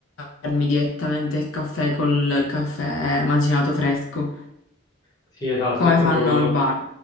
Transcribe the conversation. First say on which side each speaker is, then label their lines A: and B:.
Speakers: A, on the left (about 80°); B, on the left (about 20°).
A: farmi direttamente il caffè col caffè macinato fresco,
B: Sì, esatto,
A: come
B: è proprio
A: fanno
B: quello,
A: al bar.